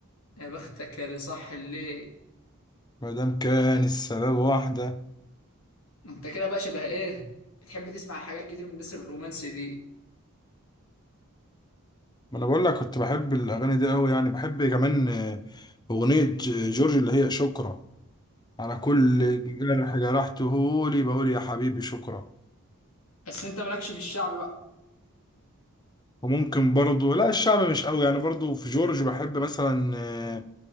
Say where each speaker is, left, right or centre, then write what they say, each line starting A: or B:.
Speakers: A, on the left; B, on the left.
A: يا بختك يا اللي صح الليل
B: مادام كان السبب واحدة
A: انت كده بقى شبه ايه بتحب تسمع حاجات كتير من الناس الرومانسي دي
B: ما انا بقول لك كنت بحب الاغاني دي قوي يعني بحب كمان آه، اغنيه ج- جورج اللي هي شكرا على كل جرح جرحته لي بقول يا حبيبي شكرا
A: بس انت مالكش في الشعبي بقى
B: وممكن برضو لا الشعب مش قوي يعني برضو في جورج بحب مثلا آه،